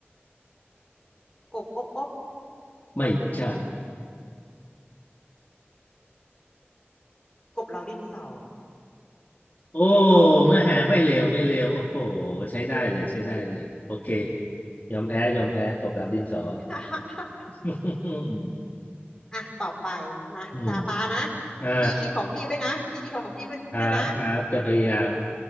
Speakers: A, on the left; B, on the left.
A: กบอบอบ
B: ไม่ใช่
A: กบเหลาดินสอ
B: โอ้ไม่แหไม่เลวไม่เลวโอ้โหใช้ได้เลยใช้ได้เลยโอเคยอมแพ้ยอมแพ้กบดาวดินสอ
A: <laughs>
B: <laughs> อืม
A: อ่ะต่อไปนะตาปานะ
B: อมอ่า
A: พี่คิดของพี่ไว้นะพี่คิดของพี่ไว้ด้วยนะ
B: ครับครับจะพยายาม